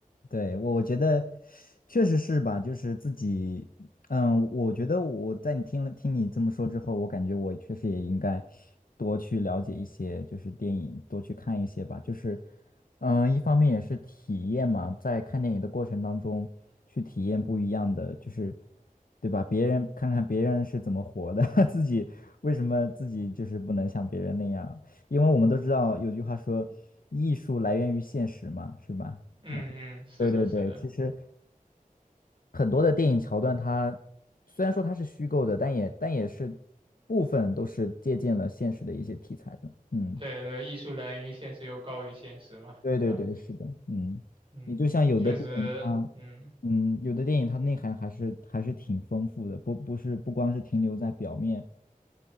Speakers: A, on the left; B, on the right.
A: 对，我我觉得确实是吧，就是自己，嗯，我觉得我在你听了听你这么说之后，我感觉我确实也应该多去了解一些，就是电影，多去看一些吧。就是，嗯，一方面也是体验嘛，在看电影的过程当中，去体验不一样的，就是，对吧？别人看看别人是怎么活的，<laughs> 自己为什么自己就是不能像别人那样？因为我们都知道有句话说，艺术来源于现实嘛，是吧？
B: 嗯嗯，是的，
A: 对对对，
B: 是的，
A: 其实很多的电影桥段它，虽然说它是虚构的，但也但也是部分都是借鉴了现实的一些题材的。嗯，
B: 对对，艺术来源于现实又高于现实嘛，
A: 对对对，
B: 对吧？
A: 是的，嗯，
B: 嗯，
A: 你就像有的电影它，
B: 确实，嗯。
A: 嗯，有的电影它内涵还是还是挺丰富的，不不是不光是停留在表面，